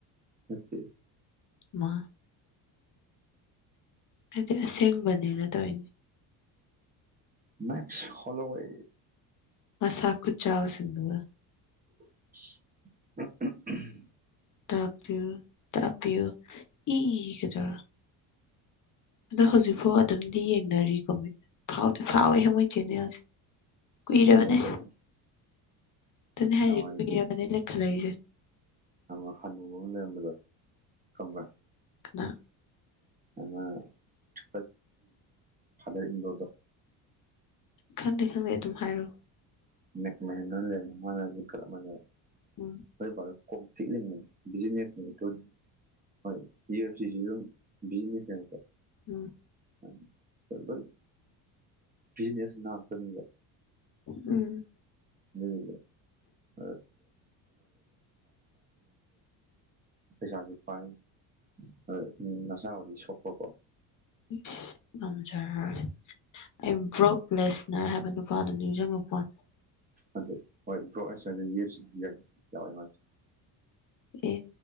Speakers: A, on the right; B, on the left.
A: ꯅꯠꯇꯦ
B: ꯏꯃꯥ ꯑꯩꯗꯤ ꯑꯁꯦꯡꯕꯅꯦꯅ ꯇꯧꯔꯤꯅꯦ
A: ꯃꯦꯛꯁ ꯍꯣꯂꯣꯍꯦ
B: ꯃꯁꯥ ꯈꯨꯆꯥꯎ ꯁꯤꯡꯗꯨꯒ
A: <inaudible>
B: ꯇꯄꯤꯜ ꯇꯄꯤꯜ ꯏ <unintelligible> ꯑꯗꯣ ꯍꯧꯖꯤꯛꯐꯥꯎ ꯑꯗꯨꯝꯗꯤ ꯌꯦꯡꯅꯔꯤꯀꯣ ꯐꯥꯎꯗꯤ ꯐꯥꯎꯋꯦ ꯃꯣꯏ ꯆꯦꯅꯦꯜꯁꯦ ꯀꯨꯏꯔꯕꯅꯦ
A: ꯊꯤ ꯌꯦꯡꯉꯨ ꯀꯩꯅꯣ
B: ꯑꯗꯨꯅꯤ ꯍꯥꯏꯁꯦ
A: ꯅꯍꯥꯟꯋꯥꯏꯒꯤ
B: ꯀꯨꯏꯔꯕꯅꯦ ꯂꯩꯈꯠꯂꯛꯏꯁꯦ
A: ꯑꯃ ꯍꯥꯅꯨꯕ ꯑꯃ ꯂꯩꯔꯝꯕꯗꯣ ꯈꯪꯕ꯭ꯔ
B: ꯀꯅꯥ
A: ꯑꯃ <unintelligible> ꯀꯤ ꯐꯗꯔ ꯏꯟ ꯂꯣꯗꯣ
B: ꯈꯪꯗꯦ ꯈꯪꯗꯦ ꯑꯗꯨꯝ ꯍꯥꯏꯔꯣ
A: <unintelligible>
B: ꯎꯝ
A: <unintelligible> ꯀꯣꯛ ꯆꯤꯛꯑꯅꯤ ꯕꯤꯖꯤꯅꯦꯁꯅꯦ <unintelligible> ꯍꯣꯏ ꯌꯨ ꯑꯦꯐ <unintelligible> ꯕꯤꯖꯤꯅꯦꯁꯅꯦꯕꯀꯣ
B: ꯎꯝ
A: ꯑꯥ ꯑꯗꯨꯗ ꯕꯤꯖꯤꯅꯦꯁ <unintelligible>
B: ꯎꯝ
A: <unintelligible> ꯄꯩꯁꯥꯁꯨ ꯄꯥꯏ ꯑ ꯅꯁꯥꯕꯨꯗꯤ ꯁꯣꯛꯄꯀꯣ
B: ꯎꯝ ꯉꯝꯖꯔꯔꯣꯏ ꯑꯩ ꯕ꯭ꯔꯣꯛ ꯂꯦꯁꯅꯔ ꯍꯥꯏꯕ ꯅꯨꯄꯥꯗꯨ ꯅꯤꯡꯖꯤꯡꯉꯛꯄꯥꯅꯦ
A: ꯑꯗꯨ ꯍꯣꯏ ꯕ꯭ꯔꯣꯁ <unintelligible>
B: ꯑꯦ